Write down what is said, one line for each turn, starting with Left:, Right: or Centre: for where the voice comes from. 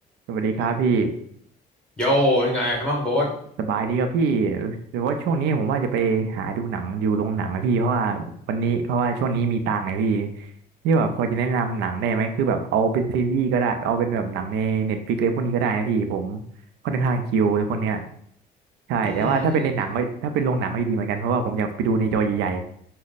Right: สวัสดีครับพี่
Centre: โยเป็นไงบ้างโบ๊ท
Right: สบายดีครับพี่หรือว่าช่วงนี้ผมว่าจะไปหาดูหนังอยู่โรงหนังนะพี่เพราะว่าวันนี้เพราะว่าช่วงนี้มีตังค์ไงพี่พี่แบบพอจะแนะนำหนังได้ไหมคือแบบเอาเป็นซีรีส์ก็ได้เอาเป็นแบบหนังในเน็ตฟลิกอะไรพวกนี้ก็ได้นะพี่ผมค่อนข้างคิวเลยพวกเนี้ยใช่แต่ว่าถ้าเป็นในหนังก็ถ้าเป็นโรงหนังก็ดีเหมือนกันเพราะว่าผมอยากไปดูในจอใหญ่
Centre: อืมอืมอืม